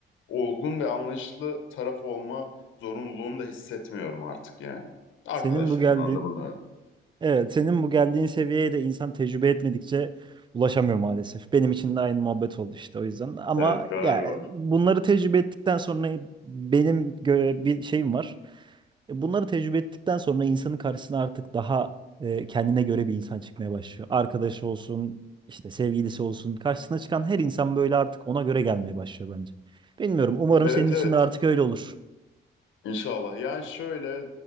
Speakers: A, on the left; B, on the right.
A: olgun ve anlayışlı taraf olma zorunluluğunu da hissetmiyorum artık yani. Arkadaşlarımdan
B: Senin bu geldiğin
A: da bunu.
B: Evet, senin bu geldiğin seviyeye de insan tecrübe etmedikçe ulaşamıyor maalesef. Benim için de aynı muhabbet oldu işte o yüzden. Ama
A: Evet galiba.
B: ya bunları tecrübe ettikten sonra benim gö- bir şeyim var. E, Bunları tecrübe ettikten sonra insanın karşısına artık daha e, kendine göre bir insan çıkmaya başlıyor. Arkadaşı olsun, işte sevgilisi olsun. Karşısına çıkan her insan böyle artık ona göre gelmeye başlıyor bence. Bilmiyorum. Umarım
A: Evet
B: senin için
A: evet
B: de artık öyle olur.
A: inşallah. Yani şöyle